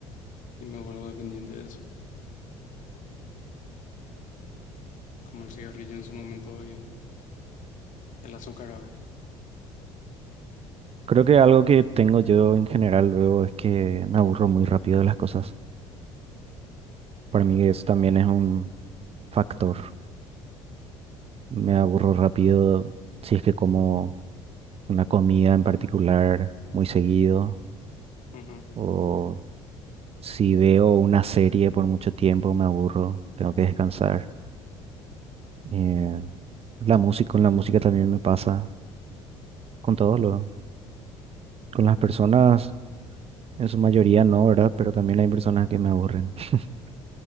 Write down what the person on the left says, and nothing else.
y me vuelvo dependiente de eso, como el cigarrillo en su momento y el azúcar ahora.
Ujú, ujú.